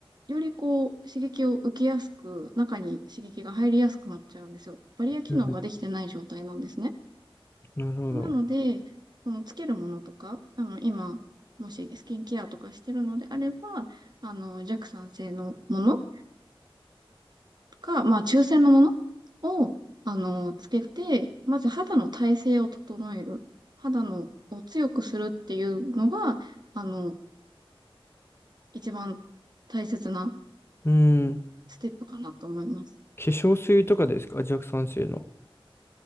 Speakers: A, on the right (about 45°); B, on the left (about 25°).
A: よりこう、刺激を受けやすく、中に刺激が入りやすくなっちゃうんですよ。バリア機能ができてない状態なんですね。
B: うん、なるほど。
A: なので、そのつけるものとか、あの、今、もしスキンケアとかしてるのであれば、あの、弱酸性のものとか、まあ、中性のものを、あの、つけて、まず肌の耐性を整える。肌のを強くするっていうのが、あの、一番大切な
B: うん。
A: ステップかなと思います。
B: 化粧水とかですか弱酸性の。